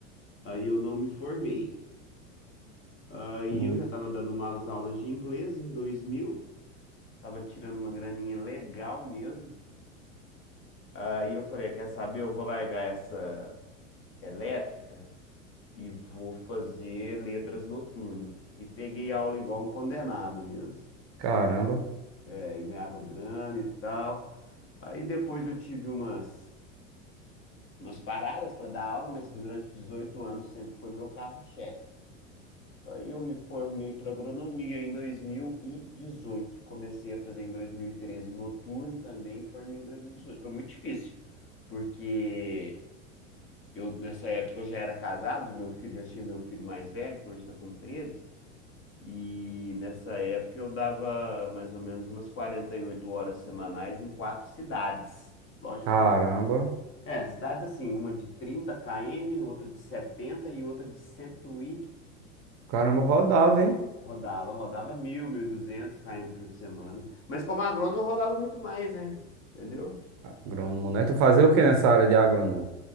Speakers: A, on the left; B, on the right.
A: Aí eu não me formei. Aí
B: Hum,
A: eu já estava dando malas aulas de inglês em 2000, estava tirando uma graninha legal mesmo. Aí eu falei, "Ah, quer saber? Eu vou largar essa elétrica e vou fazer letras noturno. E peguei aula igual um condenado mesmo.
B: Caramba,
A: É, e ganhava grana e tal. Aí depois eu tive umas, umas paradas para dar aula, mas durante 18 anos sempre foi meu carro-chefe. Aí eu me formei para agronomia em 2018. Comecei a fazer em 2013 noturno também, formei em 2018. Foi muito difícil, porque eu nessa época eu já era casado, e meu filho já tinha meu filho mais velho, que hoje está com 13, e nessa época eu dava mais ou menos umas 48 horas semanais em quatro cidades. Lógico,
B: caramba,
A: são- é, cidades assim, uma de 30 km, outra de 70 e outra de 100 e
B: caramba, rodava, hein?
A: Rodava, rodava mil, mil e duzentos km por semana. Mas como agrônomo eu rodava muito mais, né? Entendeu?
B: Agrônomo, né? Tu fazia o que nessa área de agrônomo?